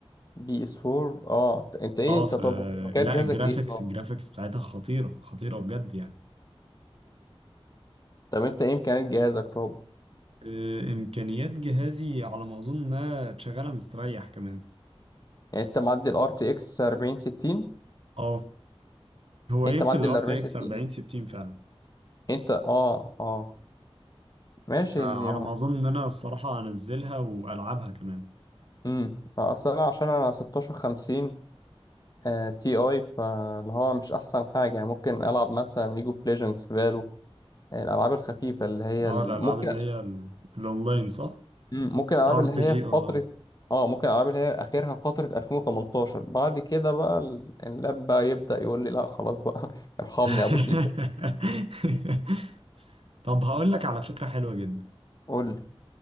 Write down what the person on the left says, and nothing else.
بي اس 4 اه أنت إيه
أنت
طب إمكانيات
جهازك
إيه طب؟
طب أنت إيه إمكانيات جهازك طب؟
يعني أنت معدي ال RTX 4060
أنت
معدي
ال 4060
أنت اه اه ماشي
يا-
امم أصل أنا عشان أنا 1650 آه تي أي فاللي هو مش أحسن حاجة يعني ممكن ألعب مثلا ليج اوف ليجندز فالو الألعاب الخفيفة اللي هي
ال-
ممكن
مم. ممكن الالعاب
اللي
هي
في
فتره اه ممكن الالعاب اللي هي اخرها فتره 2018 بعد كده بقى ال- اللاب بقى يبدا يقول لي لا خلاص بقى <laughs> ارحمني
يا ابوس ايدك
قول لي